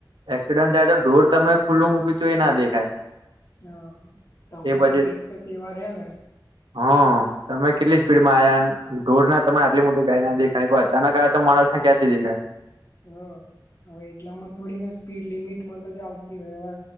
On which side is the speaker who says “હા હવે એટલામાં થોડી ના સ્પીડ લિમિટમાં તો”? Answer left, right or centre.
Left